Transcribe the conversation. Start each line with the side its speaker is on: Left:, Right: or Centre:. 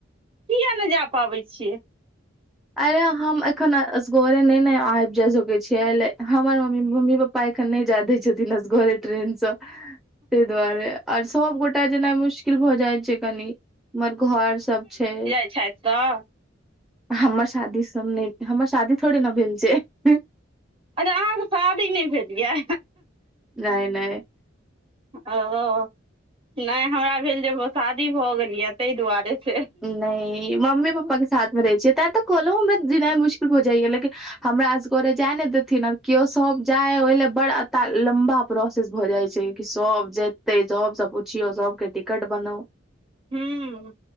Right: किए नइ जा पाबै छियै
Centre: अरे हम एखन असगोरे नइ ने आइब जा सकै छीयै ले हमर मम्मी मम्मी प पा एखन नइ जा दय छथिन अखन असगरे ट्रेन स तइ दुआरे आर सबगोटा जेनाइ मुश्किल भऽ जाइ छइ कनी हमर घर सब छै
Right: छय तऽ
Centre: हमर शादी सब नइ हमर शादी थोड़े न भेल छै
Right: अरे अहाँके शादी नइ भेल यै
Centre: नय नय
Right: ओ नय हमरा भेल जे शादी भऽ गेल यए तइ दुआरे से
Centre: नइ मम्मी पप्पा के साथ मे रहै छियै तें तऽ कहलहु हमरा जिनाइ मुश्किल भ जाइया लेकिन हमरा असगरे जाय ने देथिन कियो सब जाय ओहि लए बड़ ता लम्बा प्रोसेस भऽ जाइ छै कि सभ जेत तइ सबस पुछियौ सबके टिकट बनो
Right: हम्म